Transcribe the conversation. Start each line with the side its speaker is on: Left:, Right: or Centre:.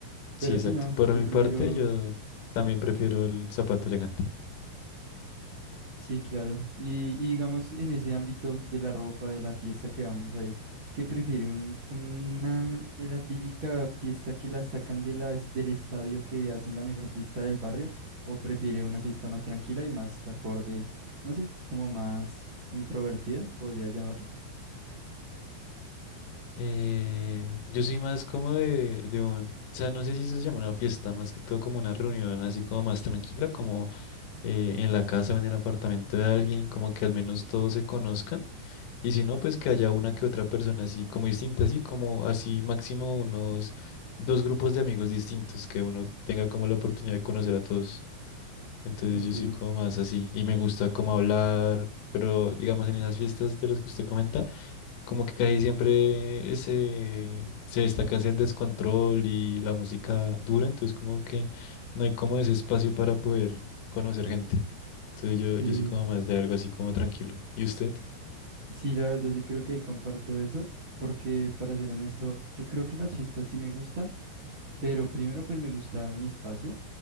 Left: Sí,
Right: Pero
Left: exacto.
Right: sí, no,
Left: Por
Right: yo
Left: mi
Right: prefiero,
Left: parte, yo también prefiero el zapato elegante.
Right: sí, claro. Y, y digamos en ese ámbito de la ropa, de la fiesta que vamos a ir, ¿qué prefiere? Un, una, la típica fiesta que la sacan de la, del estadio que hacen la mejor fiesta del barrio o prefiere una fiesta más tranquila y más acorde, no sé, como más introvertida, podría llamarla.
Left: Eh, yo soy más como de, de un, o sea, no sé si eso se llama una fiesta, más que todo como una reunión así como más tranquila, como eh, en la casa o en el apartamento de alguien, como que al menos todos se conozcan. Y si no, pues que haya una que otra persona así como distinta, así como así máximo unos dos grupos de amigos distintos, que uno tenga como la oportunidad de conocer a todos. Entonces
Right: Ok,
Left: yo soy como más así y me gusta como hablar, pero digamos en esas fiestas de las que usted comenta. Como que casi siempre ese, se destaca ese descontrol y la música dura, entonces como que no hay como ese espacio para poder conocer gente. Entonces yo,
Right: sí,
Left: yo soy como más de algo así como tranquilo. ¿Y usted?
Right: sí, la verdad yo creo que ahí comparto eso, porque para ser honesto, yo creo que las fiestas sí me gustan, pero primero pues me gusta mi espacio,